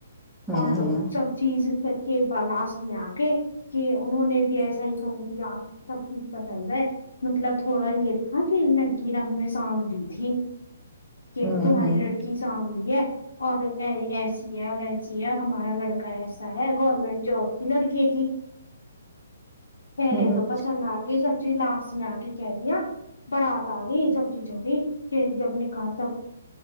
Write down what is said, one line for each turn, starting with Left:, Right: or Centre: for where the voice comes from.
Centre: ہوں
Left: اور
Centre: ہوں
Left: سب چیز کر کے پر لاسٹ میں آ کے کہ انہوں نے بھی ایسا ہی سمجھ لیا اب سب چیز پسند ہے مطلب تھوڑا یہ تھا کہ لڑکی رنگ میں ساولی تھی کہ
Centre: ہوں
Left: تمہاری
Centre: ہوں
Left: لڑکی ساولی ہے اور ایسی ہے ویسی ہے اور ہمارا لڑکا ایسا ہے گورنمنٹ جاب تھی لڑکے کی پہلے
Centre: ہوں
Left: تو پسند آ گئی سب چیز لاسٹ میں آ کے کہہ دیا برات آ گئی سب چیز ہو گئی کے جب نکاح تب